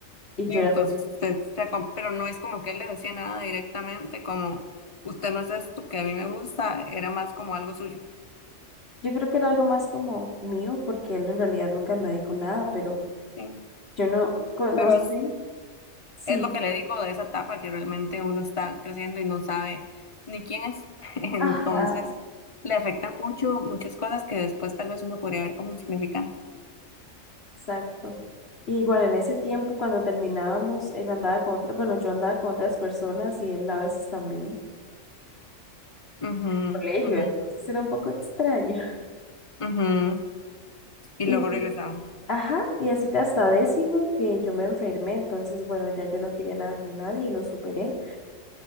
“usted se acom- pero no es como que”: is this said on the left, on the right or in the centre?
Left